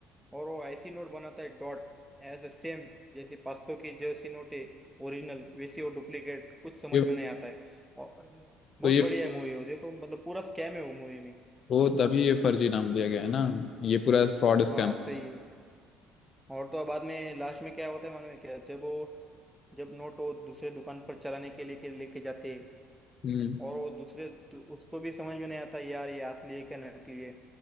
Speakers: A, in the centre; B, on the left.
A: और वो ऐसी नोट बनाता है डॉट एज अ सेम जैसे 500 की जैसी नोट है ओरिजिनल वैसी वो डुप्लीकेट कुछ समझ
B: ये
A: में नहीं आता है और
B: तो
A: बहुत
B: ये
A: बढ़िया है मूवी वो देखो मतलब पूरा स्कैम है वो मूवी में
B: वो तभी ये फर्जी नाम दिया गया है ना ये पूरा फ्रॉड स्कैम
A: हाँ सही है और तो बाद में लास्ट में क्या होता है मालूम है क्या जब वो जब नोट वो दूसरे दुकान पर चलाने के लिए के लेके जाते हैं,
B: हम्म
A: और वो दूसरे दु- उसको भी समझ में नहीं आता यार ये असली है क्या नकली है